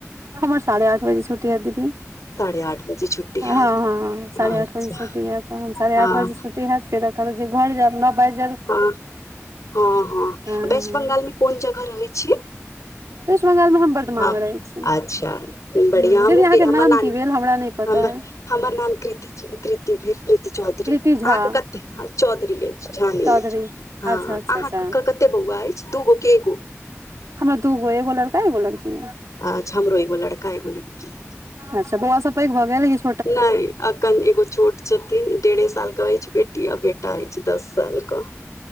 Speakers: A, on the right; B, on the left.
A: हमर साढ़े आठ बजे छुटी हैतय दीदी।
B: साढ़े आठ बजे छुट्टी
A: ह
B: हैत
A: ह
B: अच्छा
A: साढ़े आठ बजे छुटी हैतय तऽ साढ़े
B: हँ
A: आठ बजे छटी हयत फेर जे घर जायब नै बाज
B: हँ हँ
A: हँ
B: वेस्ट
A: हँ
B: बंगाल मे कोन जगह रहै छियै
A: वेस्ट बंगाल मे हम वर्धमान
B: हुँ
A: मे रहै छी
B: अच्छा बढ़िआ
A: ह
B: हमु
A: दीदी अहाँके
B: गे हमर
A: नाम
B: नानी
A: की भेल हमरा नहि पता
B: हमर
A: अइ?
B: हमर नाम कीति कीति भेल कीति चौधरी
A: कृति
B: अहाँकेँ
A: झा
B: क चौधरी अछि झानी
A: चौधरी
B: अछि हँ
A: अच्छा अच्छा
B: अहाँकेँ
A: अच्छा
B: कते बौआ अछि दूगो के एगो
A: हमरा दूगो एगो लड़का एगो लड़की यै
B: अचछ हमरो एगो लड़का एगो लड़की।
A: अच्छा बौआा सभ पैघ भऽ गेलै किछ
B: नहि। अखन एगो छोट छथिन डेढ़े साल के अछि बेटी आ बेटा अछि दस साल क